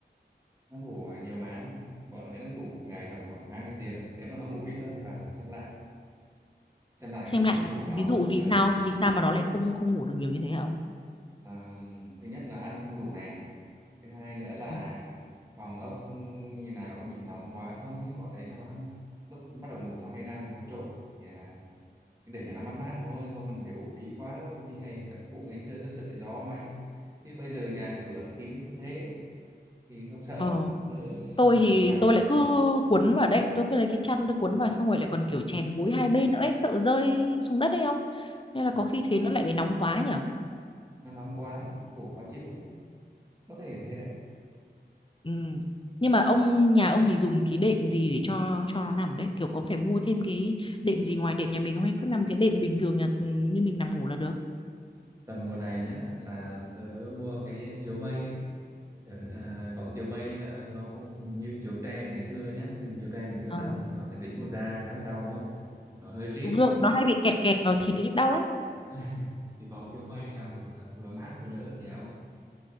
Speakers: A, on the right (about 15°); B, on the left (about 30°).
A: nó ngủ nhiều má bọn đấy nó ngủ một ngày tầm khoảng 20 tiếng nếu mà nó ngủ ít hơn thì bà xem lại xem lại cái
B: xem
A: chỗ
B: lại là
A: ngủ của nó
B: ví dụ
A: ừ.
B: vì sao vì sao mà nó lại không không ngủ được nhiều như thế hả ông
A: À, thứ nhất là ăn không đủ này thứ hai nữa là
B: ừ.
A: phòng ốc ừ, như nào có bị nóng quá không ấy bọn đấy nó lúc bắt đầu ngủ nó hay ra một hố trộn thì à, cứ để cho nó mát mát thôi không cần phải ủ kỹ quá đâu như ngày các cụ ngày xưa cứ sợ gió máy chứ bây giờ nhà cửa nó kín như thế thì không sợ
B: Ờ
A: cứ
B: tôi
A: mở
B: thì
A: mặt
B: tôi lại cứ cuốn vào đấy tôi cứ lấy cái chăn tôi cuốn vào xong rồi lại còn kiểu chèn gối hai bên nữa ấy sợ rơi xuống đất đấy không nên là
A: <clears throat>
B: có khi thế nó lại bị nóng quá nhở
A: nó nóng quá ngủ khó chịu lắm có thể thế đấy
B: ừ. nhưng mà ông nhà ông thì dùng cái đệm gì để cho cho nó nằm đấy kiểu có phải mua thêm cái đệm gì ngoài đệm nhà mình không hay cứ nằm cái đệm bình thường nhà ừ, như mình nằm ngủ là được
A: tầm mùa này nhá là tớ mua cái chiếu mây ấy Được, À, còn cái chiều mây à, nó không như chiều tre ngày xưa nhá nhưng mà chiều tre ngày xưa
B: Ờ
A: nằm thỉnh thoảng nó dính vào da khá là đau đúng không nó hơi rít
B: đúng rồi nó hay bị kẹt kẹt vào thịt ấy đau lắm
A: <laughs> thì có chiều mây nằm à, vừa mát vừa đỡ hơn nhiều